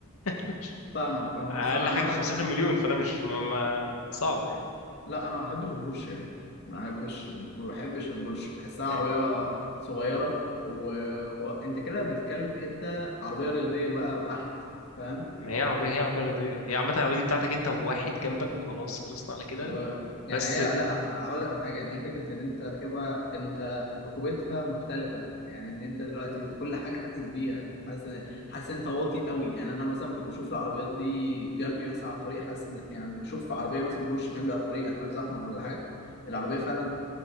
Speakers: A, on the left; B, on the left.
A: <laughs>
B: فاهمك فاهمك
A: اقل
B: بس انا عامه
A: حاجه ب 15 مليون فانا مش ما ما- صعب يعني
B: لا انا ما بحبش البورش يعني ما بحبش ما بحبش البورش بحسها عربيه
A: يعني
B: صغيره و- وانت كده بتتكلم في حته عربيه رياضيه بقى بحت فاهم
A: ما هي عربيه هي عربيه رياضيه هي عامه العربيه دي بتاعتك انت وواحد جنبك وخلاص خلصنا على كده
B: آه، يعني
A: بس
B: هي لا هقول لك على حاجه يعني هي فكره ان انت راكبها انت ركوبتها مختلفه يعني ان انت دلوقتي انت كل حاجه حاسس بيها حاسس إن- حاسس إن انت واطي قوي يعني انا مثلا كنت بشوف العربيات دي جنبي مثلا على الطريق حاسس إن- يعني بشوف عربيه مثلا بورش جنبي على الطريق احنا في زحمه ولا حاجه العربيه فعلا